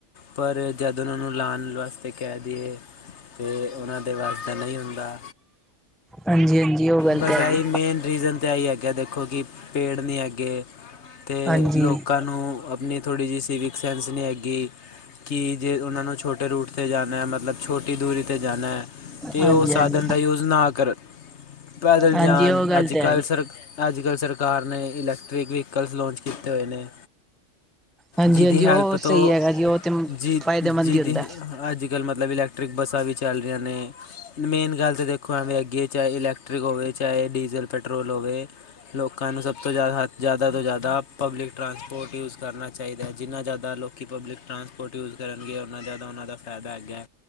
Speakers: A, on the left; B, in the centre.
A: ਪਰ ਜਦ ਓਨਾਂ ਨੂੰ ਲਾਣ ਵਾਸਤੇ ਕਹਿ ਦੇਈਏ ਤੇ ਉਹਨਾਂ ਦੇ ਵਸਦਾ ਨਹੀਂ ਹੁੰਦਾ।
B: ਹਾਂਜੀ ਹਾਂਜੀ ਉਹ ਗੱਲ
A: ਬਸ
B: ਤਾਂ
A: ਆਹੀ
B: ਹੈਗੀ
A: ਮੇਨ ਰੀਜਨ ਤੇ ਆਈ ਹੈਗਾ। ਦੇਖੋ ਦੇਖੋ ਕਿ ਪੇੜ ਨੀ ਹੈਗੇ ਅਤੇ
B: ਹਾਂਜੀ
A: ਲੋਕਾਂ ਨੂੰ ਆਪਣੀ ਥੋੜ੍ਹੀ ਜਿਹੀ ਸਿਵਿਕ ਸੈਂਸ ਨੀ ਹੈਗੀ। ਕਿ ਜੇ ਉਹਨਾਂ ਨੂੰ ਛੋਟੇ ਰੂਟ 'ਤੇ ਜਾਨਾ ਮਤਲਬ ਛੋਟੀ ਦੂਰੀ 'ਤੇ ਜਾਣਾ ਅਤੇ
B: ਹਾਂਜੀ
A: ਉਹ ਸਾਧਨ
B: ਹਾਂਜੀ
A: ਦਾ ਯੂਜ ਨਾ ਕਰਨ ਪੈਦਲ
B: ਹਾਂਜੀ
A: ਜਾਣ।
B: ਉਹ ਗੱਲ
A: ਅੱਜ-ਕੱਲ੍ਹ
B: ਤਾਂ ਹੈਗੀ।
A: ਸਰ ਅੱਜ-ਕੱਲ੍ਹ ਸਰਕਾਰ ਨੇ ਇਲੈਕਟ੍ਰਿਕ ਵਹੀਕਲਸ ਲਾਂਚ ਕੀਤੇ ਹੋਏ ਨੇ।
B: ਹਾਂਜੀ
A: ਜਿਦੀ
B: ਹਾਂਜੀ
A: ਹੈਲਪ
B: ਉਹ
A: ਤੋਂ
B: ਸਹੀ ਹੈਗਾ ਜੀ ਉਹ ਤੇ
A: ਜੀ
B: ਫਾਇਦੇਮੰਦ
A: ਜਿਦੀ
B: ਹੀ ਹੁੰਦਾ
A: ਅੱਜ-ਕੱਲ੍ਹ ਮਤਲਬ ਇਲੈਕਟ੍ਰਿਕ ਬੱਸਾਂ ਵੀ ਚੱਲ ਰਹੀਆਂ ਨੇ, ਮੇਨ ਗੱਲ ਤਾਂ ਦੇਖੋ ਐਵੇਂ ਅੱਗੇ ਚਾਹੇ ਇਲੈਕ ਐੈਕਟ੍ਰਿਕ ਹੋਵੇ, ਚਾਹੇ ਡੀਜ਼ਲ ਪੈਟਰੋਲ ਹੋਵੇ। ਲੋਕਾਂ ਨੂੰ ਸਭ ਤੋਂ ਜ਼ਿਆਦਾ, ਜ਼ਿਆਦਾ ਤੋਂ ਜ਼ਿਆਦਾ ਪਬਲਿਕ ਟਰਾਂਸਪੋਰਟ ਯੂਜ਼ ਕਰਨਾ ਚਾਹੀਦਾ। ਜਿੰਨਾ ਜ਼ਿਆਦਾ ਲੋਕੀ ਪਬਲਿਕ ਟਰਾਂਸ ਯੂਜ਼ ਕਰਨਗੇ, ਉਹਨਾਂ ਜ਼ਿਆਦਾ ਉਹਨਾਂ ਦਾ ਫਾਇਦਾ ਹੈਗਾ,